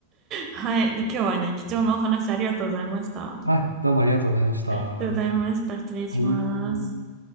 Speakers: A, on the right (about 35°); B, on the right (about 85°).
A: はい。で、今日はね、貴重なお話ありがとうございました。あ
B: はい、どうもありがとうございました。は
A: りがとうございました。失礼します。
B: い。